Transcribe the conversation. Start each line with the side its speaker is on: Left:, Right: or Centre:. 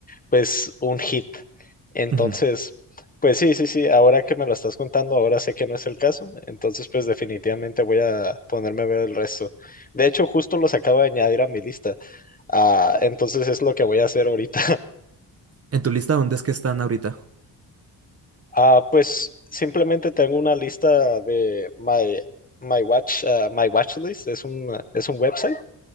Left: pues un hit. Entonces,
Right: ujú.
Left: pues sí, sí, sí, ahora que me lo estás contando, ahora sé que no es el caso, entonces pues definitivamente voy a ponerme a ver el resto. De hecho, justo los acabo de añadir a mi lista. Ah, entonces es lo que voy a hacer ahorita.
Right: ¿En tu lista dónde es que están ahorita?
Left: Ah, pues simplemente tengo una lista de my, my watch, ah, my watch list, es un, es un website,